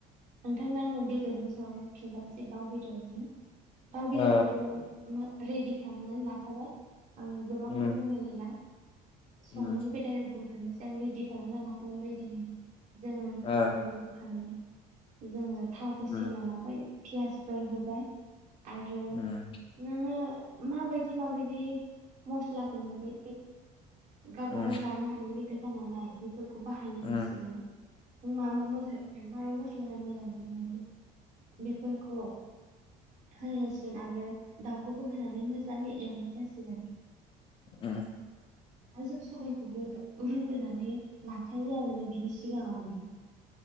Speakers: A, on the right (about 50°); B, on the left (about 35°).
A: नोंथांनो आङो बेदरजों संनानै खिन्थनोसै दाउ बेदरजों दाउ बेदरखौबो
B: औ
A: मा रेडि खालामनानै लाखाबाय आङो गोबांखौ
B: उम
A: बुंलायलायला संनायनिफ्राय
B: उम
A: दायरेक बुंखानोसै आं रेडि खालामना लाखानाय बायदिनो जोङो
B: ओ
A: नांगौ जखानि जोङो थावखौ
B: उम
A: सेरना लाबाय पियासफोर होबाय आरो
B: उम
A: नोङो माबायदि माबायदि मस्लाखौ नोङो गावबा
B: उम
A: गाव जानो हानायनि खोथा नालाय बेफो खौ बाहायनाय
B: उम
A: जासिगोन नों मा मा मा मसला मसला मोजां मोनो बेफोरखौ होसिगोन आरो दाउखौबो होनानै मोजाङै एवनाय जासिगोन
B: उम
A: आरो जों सबायखौबो रुग्रोनानै लाखायो आरोना बिनि सिगाङावनो